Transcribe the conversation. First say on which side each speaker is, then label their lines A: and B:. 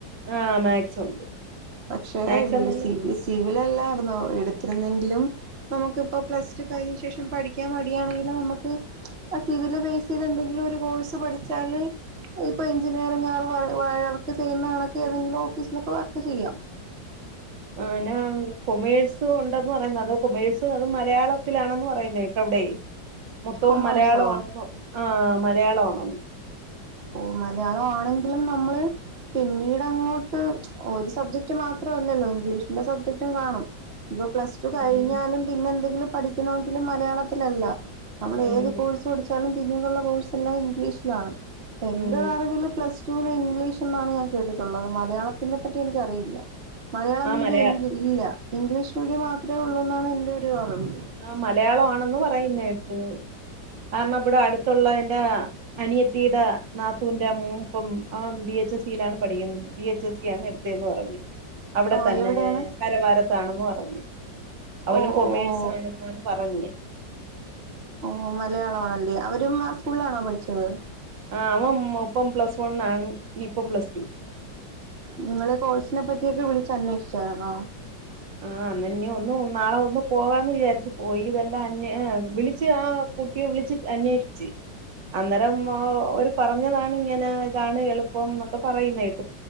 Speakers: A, on the right; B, on the right.
A: ആഹ് മേക്സ് ഉണ്ട്
B: പക്ഷെ
A: മാക്സ്
B: വി
A: എന്ന്
B: സി വി സി സിവിലല്ലായിര്ന്നോ എടുത്തിരുന്നെങ്കിലും നമുക്കിപ്പോ പ്ലസ് ടു കഴിഞ്ഞ ശേഷം പഠിക്കാൻ മടിയാണെങ്കിലും നമുക്ക് ആ സിവില് ബേസെയ്ത് എന്തെങ്കിലും ഒരു കോഴ്സ് പഠിച്ചാല് ഇപ്പൊ എഞ്ചിനീയറിങ്ങ് ആർ വയറ്ക്കേ ചെയ്യുന്നണക്ക് ഏതെങ്കിലും ഓഫീസൊക്കെ വർക്ക് ചെയ്യാം
A: ആ ഞാ കൊമേഴ്സ് ഉണ്ടേന്ന് പറയുന്ന അത് കൊമേഴ്സ് അത് മലയാളത്തിലാണെന്ന് പറയുന്നേക്കവിടേ മൊത്തവും
B: കൊമേഴ്സോ
A: മലയാള ആണെന്നോ ആ മലയാള ആണെന്നോ
B: ഓ മലയാളം ആണെങ്കിലും നമ്മള് പിന്നീട് അങ്ങോട്ട് ഒരു സബ്ജക്റ്റ് മാത്രല്ലല്ലോ ഇംഗ്ലീഷ് എല്ലാ സബ്ജക്ടും കാണും ഇപ്പൊ പ്ലസ്ടു കഴിഞ്ഞാലും
A: ഉം
B: പിന്നെ എന്തെങ്കിലും പഠിക്കണോങ്കിലും മലയാളത്തിലല്ല നമ്മള്
A: ഉം
B: ഏത് കോഴ്സ് പടിച് ച്ചാലും പിന്നീടുള്ള കോഴ്സ് എല്ലാം ഇംഗ്ലീഷിലാണ് എന്റെ
A: ഉം
B: ഒരറിവില് പ്ലസ്ടൂ ല് ഇൻ ഇംഗ്ലീഷ് എന്നാണ് ഞാൻ കേട്ടിട്ടുള്ളത് മലയാളത്തിനെ പറ്റി എനിക്കറിയില്ല മലയാളം
A: ആഹ്
B: മീഡിയ
A: മലയാ
B: ഇൻഗ് ഇല്ല ഇംഗ്ലീഷ് മീഡിയം മാത്രേ ഒള്ളൂന്നാണ് എന്റെ ഒരു അറിവ്
A: ആ മലയാളം ആണെന്ന് പറയുന്നേട്ട് കാരണം ഇവിടെ അട്ത്തുള്ള എന്റെ അനിയത്തിടെ നാത്തുന്റെ മോൻ പ്പം ആ വി എച്ച് എസ് സി ലാണ് പഠിക്ക്ണത് വി എച്ച് എസ് സി ആണ് എടുത്തെന്ന് പറഞ്ഞ് അവിടെ
B: ഓ
A: തന്നെ
B: എവിടെയാണ്
A: കരവാരത്താണെന്ന് പറഞ്ഞ് അവനും
B: ഓ
A: കൊമേ
B: ഓ ഓ
A: സാണെന്നാണ് പറഞ്ഞേ
B: ഓ മലയാളാണല്ലോ അവരും ആ സ്കൂൾലാണോ പഠിച്ചത്
A: ആ അവന് പ്പം പ്ലസ് വൺ ആണ് ഇപ്പം പ്ലസ് ടു
B: നിങ്ങള് കോഴ്സിനെ പറ്റിയൊക്കെ വിളിച്ചന്വേഷ്ചായ്ന്നോ
A: ആഹ് അന്നെന്നെ ഒന്ന് ഒന്നു നാളെ ഒന്ന് പോവാന്ന് വിചാരിച്ചു. പോയി ഇതെല്ലാം അനേ ഏ വിളിച്ച് ആ കുട്ടിയെ വിളിച്ച് അന്വേഷിച്ച് അന്നേരം ഒരു പറഞ്ഞതാണ് ഇങ്ങനെ ഇതാണ് എളുപ്പം ന്നൊക്കെ പറയുന്ന കേട്ട